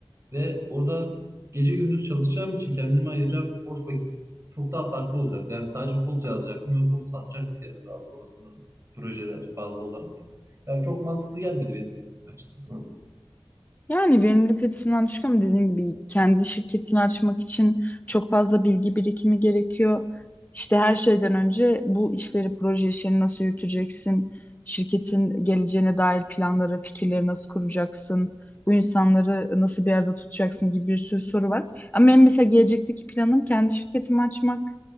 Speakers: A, on the right; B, on the left.
A: Ve orada gece gündüz çalışacağım için kendime ayıracağım boş vakit çok daha farklı olacak. Yani sadece kod yazacaktım ve kodu satacaktık yani daha sonrasında da projeler bazlı olarak. Yani çok mantıklı gelmedi benim açısından.
B: Yani verimlilik açısından düşük ama dediğim gibi kendi şirketini açmak için çok fazla bilgi birikimi gerekiyor. İşte her şeyden önce bu işleri, proje işlerini nasıl yürüteceksin? Şirketin geleceğine dair planları, fikirleri nasıl kuracaksın? Bu insanları nasıl bir arada tutacaksın gibi bir sürü soru var. Ama benim mesela gelecekteki planım kendi şirketimi açmak